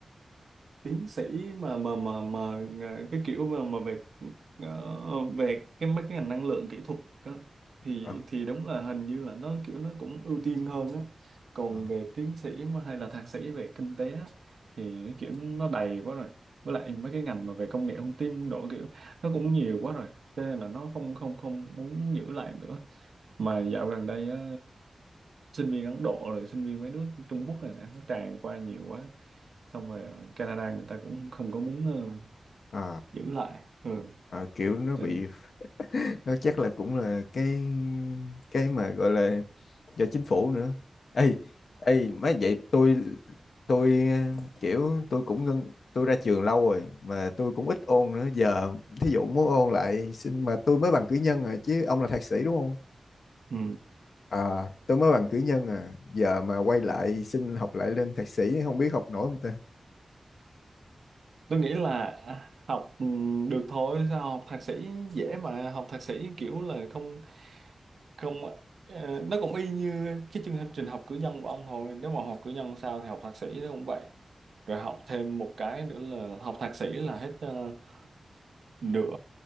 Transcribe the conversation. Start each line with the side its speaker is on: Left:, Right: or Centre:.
Right: tiến sĩ mà mà mà mà à, cái kiểu mà mà về ờ, về cái mấy cái ngành năng lượng kỹ thuật á, thì
Left: Ờ,
Right: thì đúng là hình như là nó kiểu nó cũng ưu tiên hơn á còn
Left: ờ,
Right: về tiến sĩ mà hay là thạc sĩ về kinh tế á, thì cái kiểu nó đầy quá rồi với lại mấy cái ngành mà về công nghệ thông tin độ kiểu nó cũng nhiều quá rồi cho nên là nó không không không muốn giữ lại nữa mà dạo gần đây á, sinh viên Ấn Độ rồi sinh viên mấy nước Trung Quốc này nè nó tràn qua nhiều quá xong rồi ở Canada người ta cũng không có muốn ờ,
Left: ờ,
Right: giữ lại ừ.
Left: ờ, kiểu nó
Right: Trên,
Left: bị đó chắc là cũng là cái cái mà gọi là do chính phủ nữa ê ê má vậy tôi tôi ờ, kiểu tôi cũng ngân tôi ra trường lâu rồi mà tôi cũng ít ôn nữa giờ thí dụ muốn ôn lại xin mà tôi mới bằng cử nhân à chứ ông là thạc sĩ đúng không
Right: ừ.
Left: à tôi mới bằng cử nhân à giờ mà quay lại xin học lại lên thạc sĩ không biết học nổi không ta
Right: tôi nghĩ là à, học ừ, được thôi sao học thạc sĩ dễ mà học thạc sĩ kiểu là không không ờ, nó cũng y như cái chương trình học cử nhân của ông thôi nếu mà học cử nhân sao thì học thạc sĩ nó cũng vậy rồi học thêm một cái nữa là học thạc sĩ là hết ờ, nửa